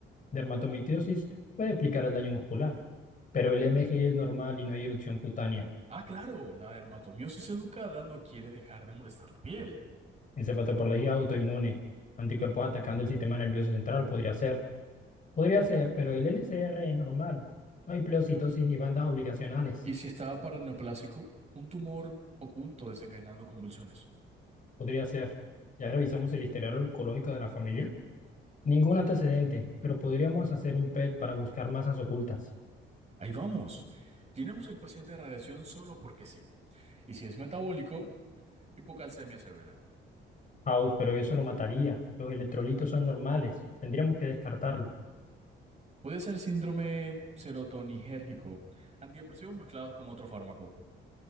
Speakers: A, on the left; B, on the right.
A: dermatomitidosis puede explicar el daño muscular. Pero el MG es normal y no hay erupción cutánea.
B: Ah, claro, la dermatomiosis educada no quiere dejar de molestar la piel.
A: Encefalopatía autoinmune, anticuerpos atacando el sistema nervioso central podría ser. Podría ser, pero el LCR es normal. No hay pleocitosis ni bandas obligacionales.
B: Y si estaba paraneoplásico, un tumor oculto desencadenando convulsiones.
A: Podría ser. Ya revisamos el historial oncológico de la familia. Ningún antecedente, pero podríamos hacer un PET para buscar masas ocultas.
B: Ahí vamos. Tenemos el paciente de radiación solo porque sí. Y si es metabólico, hipocalcemia severa.
A: House, pero eso lo mataría. Los electrolitos son normales. Tendríamos que descartarlo.
B: Puede ser síndrome serotoninérgico, antidepresivos mezclados con otro fármaco.